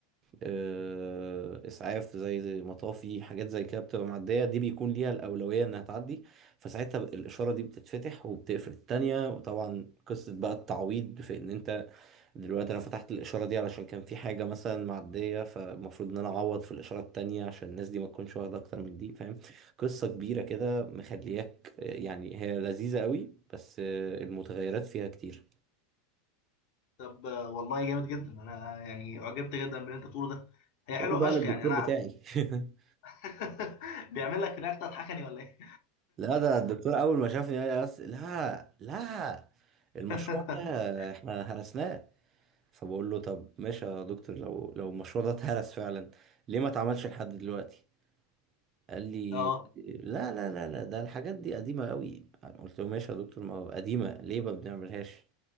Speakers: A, on the right; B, on the left.
A: آه، اسعاف زي زي مطافي حاجات زي كده بتبقى معديه دي بيكون ليها الاولويه انها تعدي فساعتها ب- الاشاره دي بتتفتح وبتقفل التانيه وطبعا قصه بقى التعويض في ان انت دلوقتي انا فتحت الاشاره دي علشان كان في حاجه مثلا معديه فالمفروض ان انا اعوض في الاشاره التانيه عشان الناس دي ما تكونش واخده اكتر من دي فاهم قصه كبيره كده مخلياك آه، يعني هي لذيذه قوي بس آه، المتغيرات فيها كتير
B: طب آه، والله جامد جدا انا يعني اعجبت جدا باللي انت بتقوله ده هي
A: قول
B: حلوه
A: بقى
B: فشخ
A: للدكتور
B: يعني انا
A: بتاعي <laughs>
B: <laughs> بيعمل لك رياكت تضحكني ولا ايه
A: لا ده الدكتور اول ما شافني قال لي بس لا لا المشروع
B: <laughs>
A: ده احنا هرسناه فبقول له طب ماشي يا دكتور لو لو المشروع ده اتهرس فعلا ليه ما اتعملش لحد دلوقتي قال لي
B: اه
A: لا لا لا لا ده الحاجات دي قديمة قوي قلت له ماشي يا دكتور ما هو قديمة ليه ما بنعملهاش